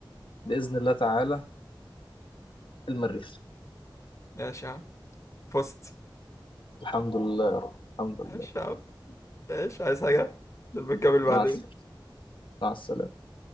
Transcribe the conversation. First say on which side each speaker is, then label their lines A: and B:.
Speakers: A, on the left; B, on the left.
A: بإذن الله تعالى المريخ
B: ماشي يا عم فزت
A: الحمد لله يا رب الحمد لله
B: ماشي يا عم ماشي عايز حاجة لما نكمل بعدين
A: مع السلامة مع السلامة